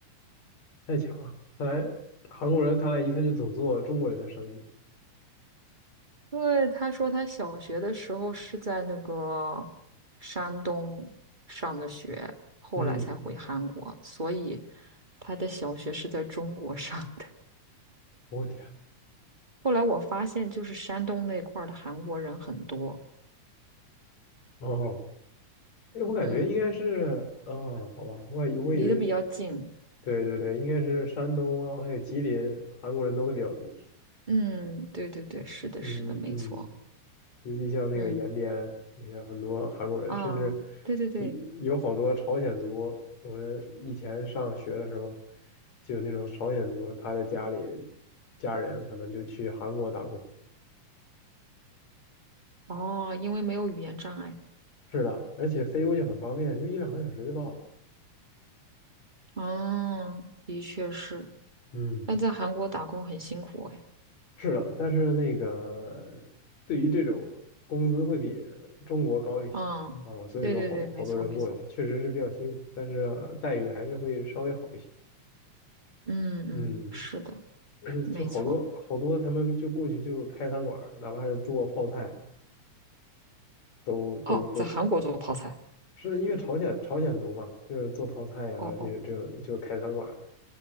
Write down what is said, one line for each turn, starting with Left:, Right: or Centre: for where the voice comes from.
Left: 太强了！看来韩国人看来一看就懂做中国人的生意。
Right: 对，他说他小学的时候是在那个山东上的学，后来才回韩国，
Left: 嗯，
Right: 所以他的小学是在中国上的。
Left: 我天，
Right: 后来我发现，就是山东那块儿的韩国人很多，
Left: 哦，哎，我感觉应该是，
Right: 嗯，
Left: 哦，好吧，我以我以为一个，
Right: 离得比较近，
Left: 对对对，应该是山东，然后还有吉林，韩国人都会比较多。
Right: 嗯，对对对，是的，
Left: 嗯嗯，
Right: 是的，没错，
Left: 尤其像那个延边，
Right: 嗯
Left: 那个很多韩国人，
Right: 啊，
Left: 甚至
Right: 对对对，
Left: 有有好多朝鲜族。我们以前上学的时候，就有那种朝鲜族，他在家里家人可能就去韩国打工，
Right: 哦，因为没有语言障碍，
Left: 是的，而且飞过去很方便，就一两个小时就到了。
Right: 嗯，的确是，
Left: 嗯，
Right: 但在韩国打工很辛苦哎。
Left: 是的，但是那个对于这种工资会比中国高一些啊，
Right: 嗯，
Left: 所以说好好多人过去，
Right: 对对对，没错没错，
Left: 确实是比较辛苦，但是待遇还是会稍微好一些。
Right: 嗯嗯，
Left: 嗯，
Right: 是的，
Left: 而且就好多好多他们就过去就开餐馆儿，
Right: 没错。
Left: 哪怕是做泡菜都都不
Right: 哦，在韩国做泡菜，
Left: 是因为朝鲜朝鲜族嘛，就是做泡菜啊这种这种就开餐馆儿
Right: 哦哦，